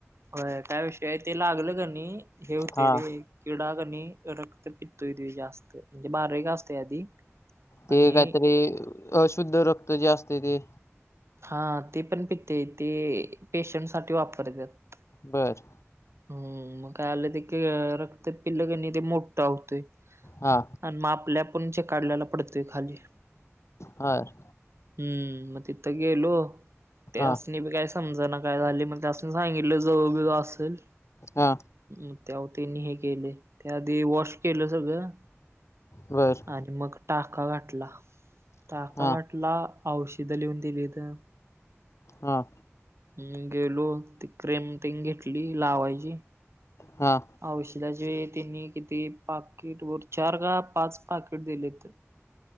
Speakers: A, on the right; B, on the left.
A: होय काय विषय ते लागलं का नाही हे होतय
B: हा
A: रे. किडा का नाही रक्त पितोय ते जास्त म्हणजे बारेक असतेय आधी आणि
B: ते काहीतरी अशुद्ध रक्त जे असते ते
A: हा ते पण पितेय ते पेशंट साठी वापरत्यात.
B: बर.
A: हम्, मग का आले ते केअर रक्त पिल्लं कनी ते मो ठा होतोय
B: हा
A: आणि मा आपल्या पंचे काढल्याला पडतोय खाली.
B: हार
A: हम्म, मग तिथं गेलो. त्यास
B: हा
A: बी काय समजा ना, काय झालेय मग त्यासनी सांगितलं जळू बिळू असल
B: हा,
A: म् त्याव त्यांनी हे केले. त्याआधी वॉश केलं सगळं
B: बरं.
A: आणि मग टाका गाठला. टाका
B: हा
A: गाठला औषध लिहून दिली त
B: हां
A: म गेलो ती क्रिम तेग घेतली लावायची.
B: हां
A: औषधाचे त्यांनी किती पाकिट वर चार का पाच पाकिट दिलेत.